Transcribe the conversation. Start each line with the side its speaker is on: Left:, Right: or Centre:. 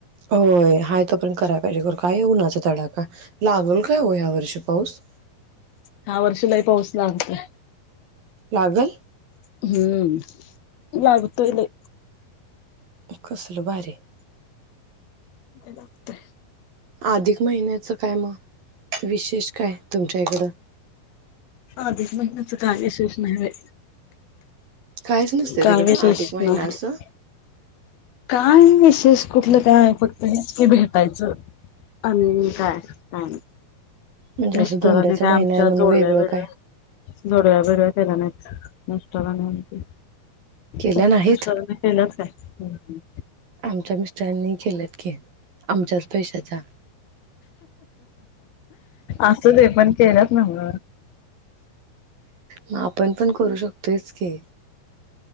Right: होय आहे तो पर्यंत कराय पाहिजे काय हे ऊनाचा तडाका, लागल काय हो या वर्षी पाऊस?
Left: ह्या वर्षी लय पाऊस लागतोय.
Right: लागल
Left: हम्म. लागतोय लय.
Right: कसलं भारी हाय.
Left: नाही लागतय
Right: आधिक महिन्याचं काय मग? विशेष काय तुमच्या इकडं?
Left: आधिक महिन्याच्या काय विशेष नाय व्हय.
Right: कायच नसते
Left: काल
Right: तिकडं
Left: विशेष
Right: अधिक महिना
Left: नाय हा
Right: असं
Left: का नाइ विशेष? तेच कुठलं काय आहे फक्त हे ते भेटायचं आणि काय काय नाही.
Right: म्हणजे
Left: मिस्टरांनी
Right: असं दोंड्याचा
Left: काय
Right: महिना
Left: आमच्या
Right: आहे म्हणून
Left: जोडव्या
Right: वेगळं
Left: बिडव्या
Right: काय?
Left: जोडव्या बिडव्या केल्या नाहीत मिस्टाराने म्हणते
Right: केल्या
Left: तुम्हाला
Right: नाहीत
Left: शरांने केलंच काय? हम्म हम्म.
Right: आमच्या मिस्टरांनी केल्यात की आमच्याच पैशाचा
Left: असू दे पण केल्यात ना हो.
Right: म आपण पण करू शकतोयच की.